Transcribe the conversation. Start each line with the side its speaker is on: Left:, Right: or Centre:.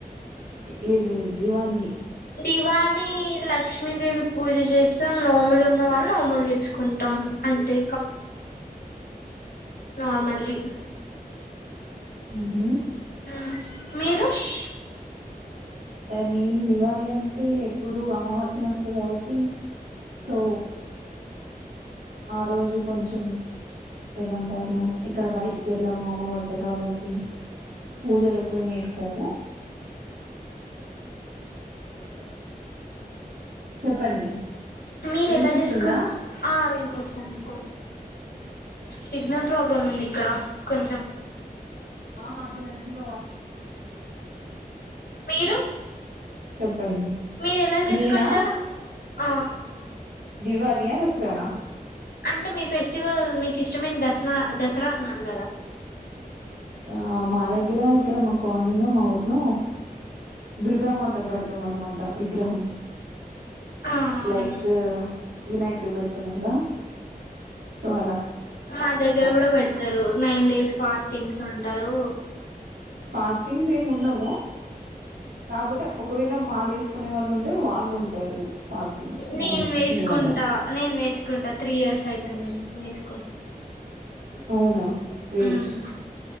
Right: లేదు లేదు దీవాలి
Left: దివాళి లక్ష్మీదేవి పూజ చేస్తాం నువ్ వ్వులు ఉన్న వాళ్ళు <unintelligible> తెచ్చుకుంటాం <unintelligible> అంతే నార్మలీ
Right: ఉహూ
Left: ఉమ్ మీరు ష్
Right: మేము దివాలి అంటే ఎప్పుడు అమావాస్య వస్తుంది కాబట్టి సో ఆ రోజు కొంచెం ఏమంటారు ఇక్కడ బయటికి వెళ్ళాము అమావాస్య కాబట్టి పూజలు ఎక్కువ చేసుకు కోము చ స <inaudible> చెప్పండి
Left: మీరు
Right: వినిపిస్తుందా
Left: ఎలా చేసుకు ఆ వినిపిస్తుంది ఇప్పుడు సిగ్నల్ ప్రాబ్లం ఉంది ఇక్కడ కొంచెం
Right: మామ ఢిలో వా
Left: మీరు
Right: చెప్పు ప్పండి
Left: మీరు ఎలా చేసుకుంటారు
Right: నేనా
Left: ఆ
Right: దివాలి యా దసరా నా
Left: అంటే మీ ఫెస్టివల్ మీకు ఇష్టమైన దసరా దసరా అన్నారు కదా
Right: ఆ మా దగ్గర ఇక్కడ మా కాలనీలో మా ఊర్లో దుర్గామాతను పెడతాం అనమాట విగ్రహం
Left: ఆ
Right: లైక్
Left: అవును
Right: వినాయకుడు పెడతాం కదా సో అలా
Left: మా దగ్గర
Right: ఆ
Left: కూడా పెడతారు నైన్ డేస్ ఫాస్టింగ్స్ ఉంటారు
Right: ఫాస్టింగ్స్ ఏమి ఉండము కాపోతే ఒకవేళ మాల వేసుకు కొనే వాళ్ళు ఉంటే వాళ్ళు ఉంటారు ఫాస్టింగ్స్ కానీ
Left: నేను వేసుకుంటా
Right: మేము ఉండము
Left: నేను వేసుకుంటా త్రీ ఇయర్స్ అయితుంది వేసుకుంటా
Right: అవునా గ్రేట్
Left: ఉమ్